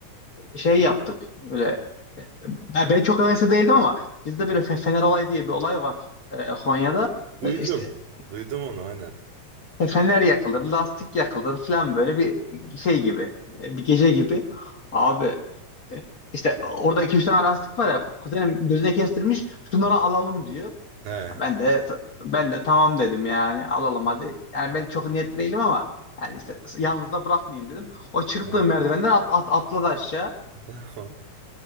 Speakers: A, on the left; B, on the right.
A: Şey yaptık böyle e, ben ben çok hevesli değildim ama bizde böyle fe- fener olayı diye bir olay var e, Konya'da.
B: Duydum.
A: E, İşte
B: Duydum onu aynen.
A: E, Fener yakılır, lastik yakılır falan böyle bir şey gibi, e, bir gece gibi. Abi e, işte orada iki üç tane lastik var ya, kuzenim gözüne kestirmiş, şunları alalım diyor.
B: He,
A: Ben de ben de tamam dedim yani alalım hadi. Yani ben çok niyetli değilim ama yani işte yalnız da bırakmayayım dedim. O çıktığı
B: he.
A: merdivenden at, at- atladı aşağı.
B: <laughs> Tamam.